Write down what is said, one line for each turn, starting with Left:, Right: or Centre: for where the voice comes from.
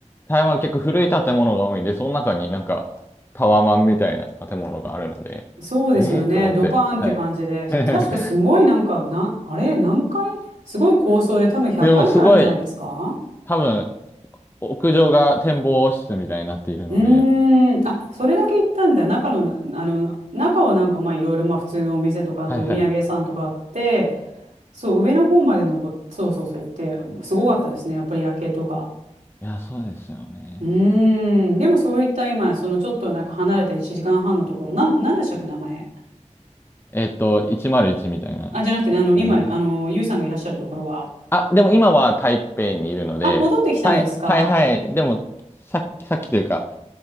Left: 台湾結構古い建物が多いんで、その中になんか、タワマンみたいな建物があるので、
Right: い。そうですよね。
Left: ええと思って、
Right: ドカーンって感じで。
Left: はい。<laughs>
Right: 確かすごいなんか、な、あれ何回すごい高層で多分100回ぐらいあるんじゃないですか
Left: でも、すごい、多分、屋上が展望室みたいになっているので、
Right: うーん、あ、それだけ行ったんだ。中のな、あの、中はなんかまあいろいろまあ普通のお店とかあってお土産屋さんとかあって、
Left: はいはい。
Right: そう、上の方まで登っ、そうそうそう行って、すごかったですね。やっぱり夜景とか。
Left: いや、そうですよね。
Right: うーん、でもそういった今、そのちょっとなんか離れた1時間半のところ、なん、なんでしたっけ、名前。
Left: えっと、101みたいな
Right: あ、じゃなくて、あの、
Left: やつ。
Right: 今、あの、ゆうさんがいらっしゃるところは、
Left: あ、でも今は台北にいるので、
Right: あ、戻ってきたんですか。
Left: はいはいはい。でも、さっき、さっきというか、